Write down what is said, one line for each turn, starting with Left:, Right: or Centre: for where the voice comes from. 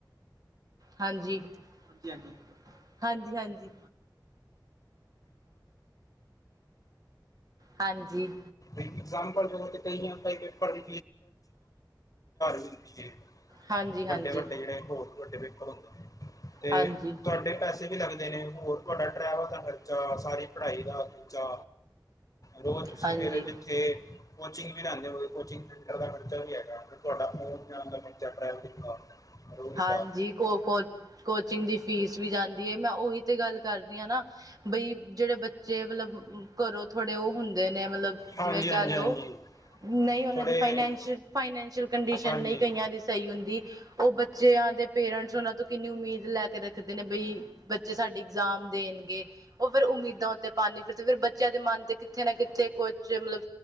Right: ਹਾਂਜੀ, ਹਾਂਜੀ- ਹਾਂਜੀ, ਹਾਂਜੀ -ਹਾਂਜੀ। ਹਾਂਜੀ।
Left: ਐਗਜ਼ਾਮਪਲ <unintelligible> ਦੋ ਹਜ਼ਾਰ ਵੀ ਦਿੰਦੀ ਏ,
Right: ਹਾਂਜੀ
Left: ਵੱਡੇ-
Right: ਹਾਂਜੀ
Left: ਵੱਡੇ ਜਿਹੜੇ ਹੋਰ ਵੱਡੇ ਪੇਪਰ ਹੁੰਦੇ ਨੇ। ਤੇ
Right: ਹਾਂਜੀ
Left: ਤੁਹਾਡੇ ਪੈਸੇ ਵੀ ਲੱਗਦੇ ਨੇ ਹੋਰ ਤੁਹਾਡਾ ਟਰੈਵਲ ਦਾ ਖਰਚ ਅ ਸਾਰੀ ਪੜ੍ਹਾਈ ਦਾ ਖਰਚਾ। ਰੋਜ਼ ਤੁਸੀਂ
Right: ਹਾਂਜੀ
Left: ਫੇਰ ਜਿੱਥੇ ਕੋਚਿੰਗ ਵੀ ਲੈਂਦੇ ਹੋਓ ਕੋਚਿੰਗ ਦਾ ਖਰਚਾ ਵੀ ਹੈਗਾ ਫੇਰ ਤੁਹਾਡਾ ਆਉਂਣ ਜਾਣ ਦਾ ਖ਼ਰਚਾ ਟਰੈਵਲਿੰਗ ਦਾ। ਰੋਜ਼
Right: ਹਾਂਜੀ।
Left: ਦਾ
Right: ਕੋ ਕੋਚ ਕੋਚਿੰਗ ਦੀ ਫੀਸ ਵੀ ਜਾਂਦੀ ਏ, ਮੈਂ ਉਹੀ ਤੇ ਗੱਲ ਕਰਦੀ ਆ ਨਾ ਬਈ ਜਿਹੜੇ ਬੱਚੇ ਮਤਲਬ ਘਰੋਂ ਥੋੜੇ ਉਹ ਹੁੰਦੇ ਨੇ ਮਤਲਬ
Left: ਹਾਂਜੀ
Right: ਜਿਵੇਂ
Left: ਹਾਂਜੀ
Right: ਕਹਿ ਲਓ।
Left: ਹਾਂਜੀ
Right: ਨਹੀਂ ਉਹਨਾਂ
Left: ਥੋੜੇ
Right: ਦੀ ਫਾਈਨੈਸ਼ਈਅ ਫਾਈਨੈਂਸ਼ੀਅਲ ਕੰਡੀਸ਼ਨ
Left: ਹਾਂਜੀ
Right: ਨਹੀ ਕਈਆਂ। ਸਹੀ ਹੁੰਦੀ ਉਹ ਬੱਚਿਆਂ ਦੇ ਪੇਰੈਂਟਸ ਉਹਨਾਂ ਤੋਂ ਕਿੰਨੀ ਉਮੀਦ ਲੈ ਕੇ ਰੱਖਦੇ ਨੇ ਬਈ। ਬੱਚੇ ਸਾਡੇ ਇਗਜ਼ਾਮ ਦੇਣਗੇ। ਉਹ ਫੇਰ ਉਮੀਦਾਂ ਉੱਤੇ ਪਾਣੀ ਫਿਰ ਫੇਰ ਬੱਚਿਆਂ ਦੇ ਮਨ ਤੇ ਕਿੱਥੇ ਨਾ ਕਿੱਥੇ ਕੁਛ ਮਤਲਬ।